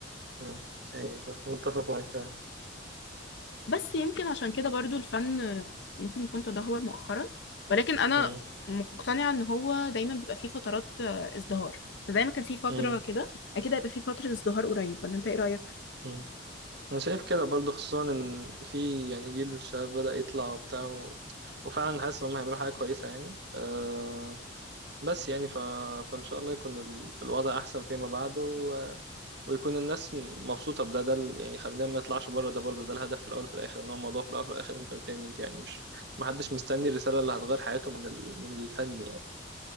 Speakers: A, on the right (about 55°); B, on the left (about 60°).
A: امم ايوه صح متفق معاك فعلا
B: بس يمكن عشان كده برضو الفن ممكن يكون تدهور مؤخرا ولكن انا
A: امم
B: مقتنعة ان هو دايما بيبقى فيه فترات آه، ازدهار فزي ما كان فيه فترة
A: امم
B: كده اكيد هيبقى فيه فترة ازدهار قريب ولا انت ايه رأيك؟
A: امم انا شايف كده برضو خصوصا ان في يعني جيل من الشباب بدأ يطلع وبتاع و... وفعلا حاسس ان هم هيعملوا حاجه كويسه يعني أه... بس يعني ف... فان شاء الله يكون ال... الوضع احسن فيما بعد ويكون الناس م- مبسوطة بده ده ال- يعني خلينا ما نطلعش بره ده برضه ده الهدف في الأول وفي الآخر إن هو الموضوع في الأول وفي الآخر انترتينمنت يعني مش محدش مستني الرسالة اللي هتغير حياته من ال... من الفن